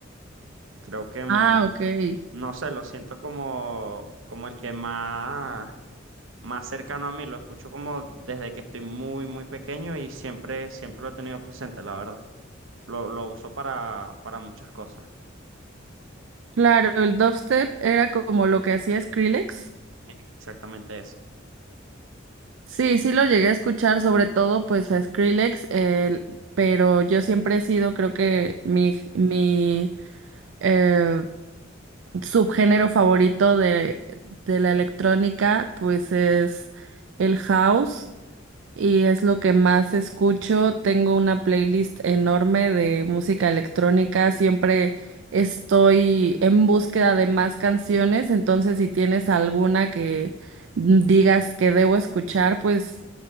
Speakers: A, on the right (about 80°); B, on the right (about 70°).
A: Creo que, mm,
B: Ah, ok.
A: no sé, lo siento como, como el que más... más cercano a mí, lo escucho como desde que estoy muy, muy pequeño y siempre, siempre lo he tenido presente, la verdad. Lo, lo uso para, para muchas cosas,
B: Claro, el dubstep era como lo que hacía Skrillex.
A: exactamente eso.
B: Sí, sí lo llegué a escuchar, sobre todo pues a Skrillex, el- pero yo siempre he sido, creo que mi, mi eh, subgénero favorito de, de la electrónica pues es el house y es lo que más escucho. Tengo una playlist enorme de música electrónica. Siempre estoy en búsqueda de más canciones, entonces si tienes alguna que digas que debo escuchar, pues